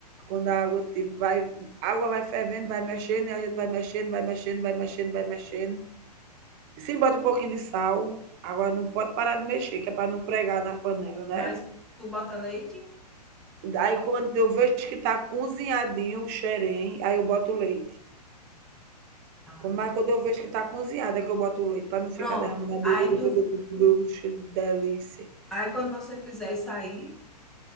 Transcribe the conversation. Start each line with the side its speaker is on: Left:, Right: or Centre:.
Right: quando a água ti vai água vai fervendo, vai mexendo, e a gente vai mexendo, vai mexendo, vai mexendo, vai mexendo. Sim, bota um pouquinho de sal, agora não pode parar de mexer, que é pra não pregar na panela, né.
Centre: Mas tu bota leite?
Right: Daí quando eu vejo que tá cozinhadinho o xerém, aí eu boto o leite.
Centre: Ah.
Right: Quando mas quando eu vejo que tá cozinhado, é que eu boto o leite, para não ficar
Centre: Pronto.
Right: derramando. a blu,
Centre: Aí
Right: blu, blu,
Centre: tu,
Right: blu, blu, blu, blu, che- delícia.
Centre: aí quando você fizer isso aí,